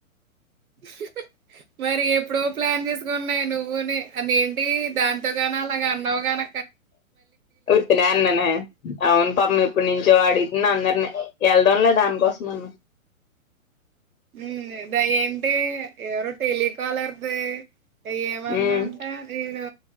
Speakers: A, on the right (about 85°); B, on the left (about 75°).
A: <inaudible> మరి ఎప్పుడో ప్లాన్ చేసుకున్నాయి నువ్వునే అది ఎంటి దాంతో నా అలాగ అన్నావు గాన
B: ఉత్తినే అన్ననే అవును పాపం ఎప్పుడు నుంచో వాడిని నీ అందరిని వెళ్దం లే దానికోసం అన్న
A: ఉ ద ఏంటి ఏవ రో టెలికాలర్దే ఏమన్నా
B: ఉమ్
A: అంటే ఇడు